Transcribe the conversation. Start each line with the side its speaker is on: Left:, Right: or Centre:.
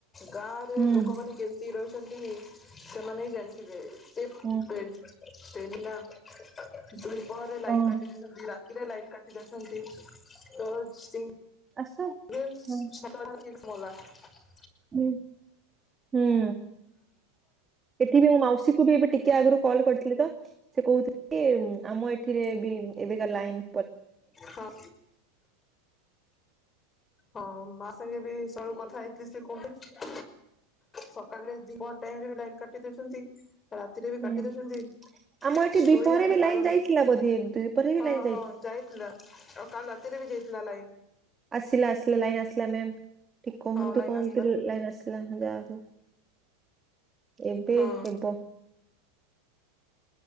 Left: ଗାଁରେ
Right: ହୁଁ
Left: ଲୋକମାନେ କେମତି ରହିଛନ୍ତି ସେମାନେ ହିଁ ଜାଣିଥିବେ ସେ
Right: ହୁଁ।
Left: ସେ ହେଲା ଦିହିପହରେ ଲାଇନ୍
Right: ଓ
Left: କାଟି ଦେଇଛନ୍ତି ରାତିରେ ଲାଇ କାଟି ଦୋଉଛନ୍ତି ତ ସିଁ
Right: ଆସ।
Left: ୱିଲସ୍
Right: ହୁଁ
Left: ଛତା ଧରି <unintelligible>
Right: ହୁଁ ହୁଁ। ଏଠି ବି ମୋ ମାଉସୀକୁ ବି ଏବେ ଟିକେ ଆଗୁରୁ କଲ୍ କରିଥିଲି ତ ସେ କୋହୁ ଥୁଇ ଆମ ଏଠିରେ ବି ଏବେକା ଲାଇନ୍
Left: ହଁ। ହଁ ମା ସାଙ୍ଗେ ବି ସଅଳୁ କଥା ହେଇଥିଲି ସେ କହୁଥୁ ସକାଳରେ ଦିପ ଟାଇମ୍ ରେ ବି ଲାଇନ୍ କାଟି ଦୋଉଚନ୍ତି। ରାତିରେ ବି
Right: ହୁଁ
Left: କାଟି ଦୋଉଛନ୍ତି
Right: ଆମ ଏଠି
Left: ଶୋଇ
Right: ଦ୍ୱିପହରେ
Left: ଆମେ
Right: ବି
Left: ପାରୁନୁ।
Right: ଲାଇନ ଯାଇଥିଲା ବୋଧେ ଦ୍ୱିପହରେ ବି
Left: ହଁ
Right: ଲାଇନ
Left: ହଁ ଯାଇଥିଲା ଆଉ କାଲି ରାତିରେ ବି ଯାଇଥିଲା ଲାଇନ୍।
Right: ଆସିଲା ଆସିଲା ଲାଇନ୍ ଆସିଲା ମେମ୍ ଠି କୁହନ୍ତୁ
Left: ହଁ ଲାଇନ
Right: କୁହନ୍ତୁ
Left: ଆସିଲା
Right: ଯୋଉ ଲାଇନ୍ ଆସିଲା ହେ ଯାଆକୁ। ଏବେ
Left: ହଁ।
Right: ହେବ।